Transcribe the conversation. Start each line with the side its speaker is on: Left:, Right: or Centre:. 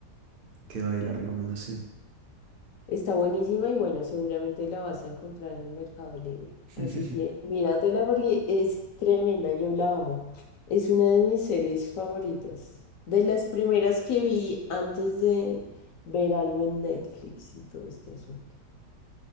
Right: quedó ahí la recomendación.
Left: Está buenísima y bueno, seguramente la vas a encontrar en Mercado Libre.
Right: <laughs>
Left: Así que míratela porque es tremenda, yo la amo. Es una de mis series favoritas. De las primeras que vi antes de ver algo en Netflix y todo este asunto.